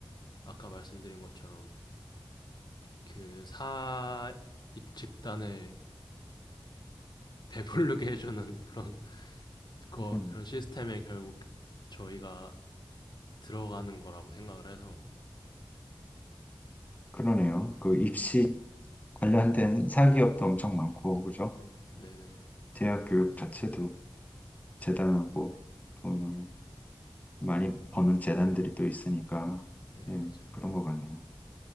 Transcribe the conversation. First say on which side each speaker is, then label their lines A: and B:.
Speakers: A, on the left; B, on the left.
A: 아까 말씀드린 것처럼 그 사익 집단을 배부르게 해주는 그런 그
B: 음,
A: 그런 시스템에 결국 저희가 들어가는 거라고 생각을 해서
B: 그러네요. 그 입시
A: 네,
B: 관련된 사기업도 엄청 많고 그죠?
A: 네, 네, 네,
B: 대학 교육 자체도 재단하고 돈을 많이 버는 재단들이 또 있으니까
A: 네
B: 예,
A: 맞아요.
B: 그런 것 같네요.